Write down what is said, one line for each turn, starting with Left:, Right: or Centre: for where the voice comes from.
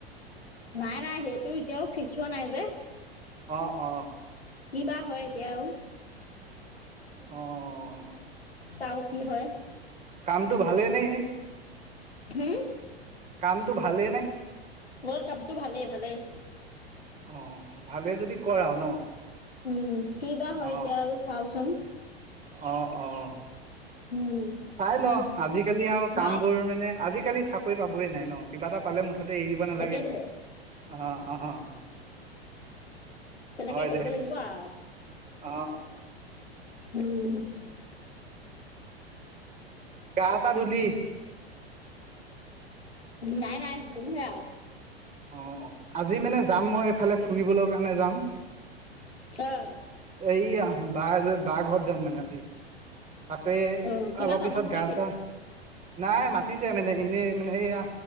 Left: নাই-নাই সেইটো এতিয়াও ফিক্স হোৱা নাই যে।
Right: অ', - অ',।
Left: কিবা হয় এতিয়া আৰু।
Right: অ'।
Left: চাওঁ কি হয়।
Right: কামতটো ভালে নে এনে?
Left: হম?
Right: কামটো ভালেইনে?
Left: মোৰ কামটো ভালেই-ভালেই।
Right: অ', ভালে যদি কৰ আৰু ন।
Left: উম, কি বা হয়
Right: অ
Left: এতিয়া আৰু চাওচোন।
Right: অ', -অ',।
Left: উম।
Right: চাই ল আজি-কালি আৰু কাম
Left: হা
Right: বোৰ মানে আজি-কালি চাকৰি পাবই নাই ন কিবা এটা পালে মুঠতে এৰি দিব নালাগে।
Left: সেইটোৱে।
Right: অ', - অ'।
Left: তেনেকে
Right: হয় দে
Left: কৰিব লাগিব আৰু।
Right: অ'।
Left: উম।
Right: গা- চা ধুলি?
Left: নাই-নাই ধুম হে আৰু।
Right: অ', আজি মানে যাম মই এইফালে ফুৰিবলৈ কাৰণে যাম।
Left: ক'ত?
Right: এই আহ', বাহ -বাহ ঘৰত যাম মানে আজি। তাকে,
Left: অ কিবা
Right: অলপ
Left: কামত
Right: পিছত
Left: নে
Right: গা-চা
Left: কি?
Right: নাই মাতিছে মানে এনেই মানে এইয়া,